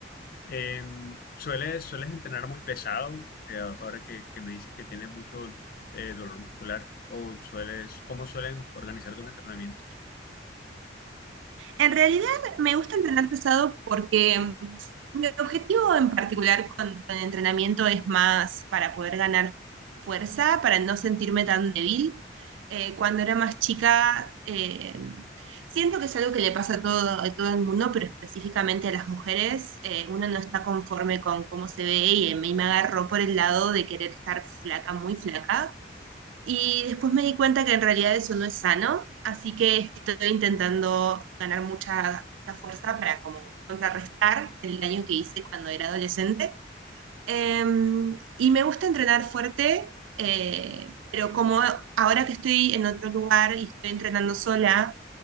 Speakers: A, on the left; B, on the right.
A: eh, ¿sueles, sueles entrenar muy pesado, Eh, ahora que, que me dices que tienes mucho eh, dolor muscular, o sueles, ¿cómo suelen organizar tus entrenamientos?
B: En realidad me gusta entrenar pesado porque mm, mi objetivo en particular con, con el entrenamiento es más para poder ganar fuerza, para no sentirme tan débil. Eh, cuando era más chica, eh, siento que es algo que le pasa a todo, a todo el mundo, pero específicamente a las mujeres. eh, uno no está conforme con cómo se ve y a mí me agarró por el lado de querer estar flaca, muy flaca y después me di cuenta que en realidad eso no es sano, así que estoy intentando ganar mucha, mucha fuerza para como contrarrestar el daño que hice cuando era adolescente. Em, y me gusta entrenar fuerte, eh, pero como ahora que estoy en otro lugar y estoy entrenando sola,